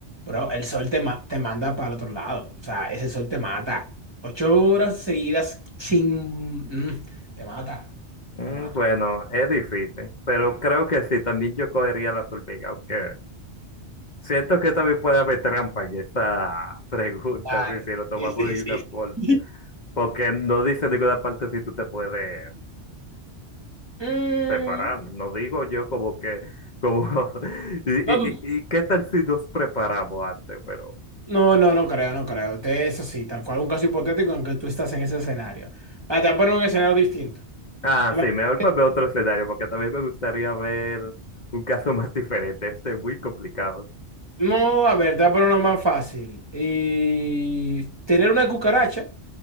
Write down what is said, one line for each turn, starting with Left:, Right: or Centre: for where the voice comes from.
Right: Bro, el sol te, ma- te manda para el otro lado. O sea, ese sol te mata. Ocho horas seguidas sin... mm, te mata.
Left: Mm,
Right: Te mata.
Left: bueno, es difícil, pero creo que sí, también yo cogería la solvega, aunque siento que también puede haber trampa en esa <laughs> pregunta,
Right: Claro.
Left: sí, si lo tomamos
Right: Sí, sí,
Left: de
Right: sí.
Left: una forma,
Right: <laughs>
Left: porque no dice en ninguna parte si tú te puedes
Right: Mm,
Left: preparar, no digo yo como que, como, <laughs> y,
Right: no,
Left: y,
Right: tú-
Left: y y qué tal si nos preparamos antes, pero,
Right: no, no, no creo, no creo. Te- Eso sí, tal cual, un caso hipotético en que tú estás en ese escenario. Ah, te voy a poner un escenario distinto.
Left: ah,
Right: Imagínate
Left: sí, mejor para ver otro escenario, porque también me gustaría ver un caso más diferente, este es muy complicado.
Right: No, a ver, dámelo uno más fácil. Y tener una cucaracha